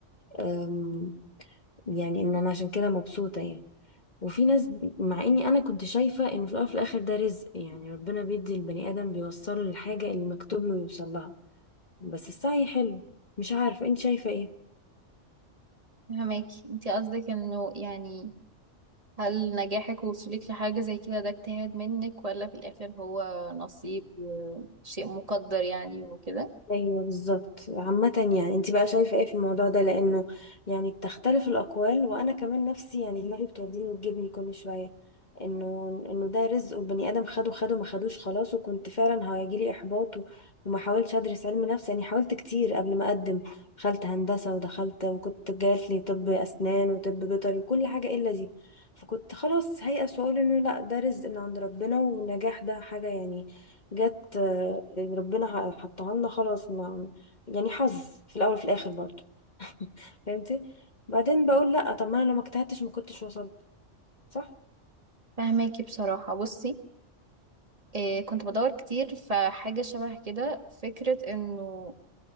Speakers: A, on the left; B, on the right.
A: أم، يعني ان انا عشان كده مبسوطة يعني وفي ناس مع اني انا كنت شايفة انه في الأول وفي الاخر ده رزق يعني ربنا بيدي البني ادم بيوصله للحاجة اللي مكتوب له يوصل لها بس السعي حلو مش عارفة انت شايفة ايه
B: فهماكي انتي قصدك انه يعني هل نجاحك ووصولك لحاجة زي كده ده اجتهاد منك ولا في الاخر هو نصيب وشيء مقدر يعني وكده
A: ايوه بالظبط عامة يعني انت بقى شايفة ايه في الموضوع ده لانه يعني بتختلف الاقوال وانا كمان نفسي يعني دماغي بتوديني وتجيبني كل شوية انه انه ده رزق والبني ادم خده خده ما خدوش خلاص وكنت فعلا هيجيلي احباط و- وما حاولتش ادرس علم نفس يعني حاولت كتير قبل ما اقدم دخلت هندسة ودخلت وكنت جات لي طب اسنان وطب بيطري وكل حاجة الا دي فكنت خلاص هيأس واقول انه لا ده رزق من عند ربنا والنجاح ده حاجة يعني جت آه، ربنا حطها لنا خلاص ما يعني حظ في الاول وفي الاخر برضه فهمتي بعدين بقول لا طب ما انا لو ما اجتهدتش ما كنتش وصلت صح
B: فهماكي بصراحة بصي إيه كنت بدور كتير فحاجة شبه كده فكرة انه